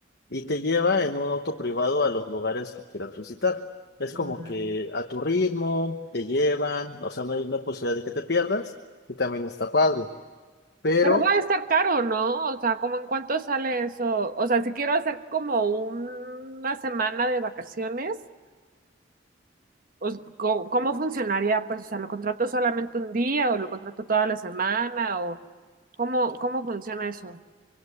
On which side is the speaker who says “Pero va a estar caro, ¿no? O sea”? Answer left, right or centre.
Right